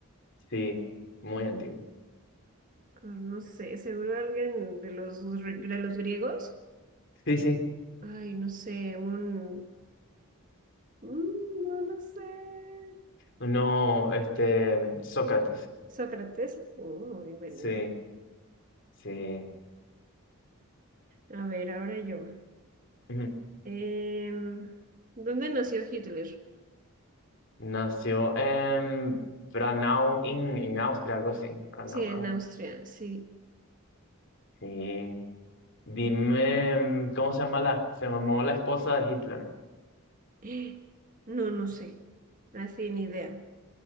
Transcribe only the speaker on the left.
Sí, muy antiguo.
Sí, sí.
No, este, Sócrates.
Sí, sí.
<laughs>
Nació en Braunau, in- en Austria, algo así. Braunau,
sí. Dime, em, ¿cómo se llama la, se llamó la esposa de Hitler?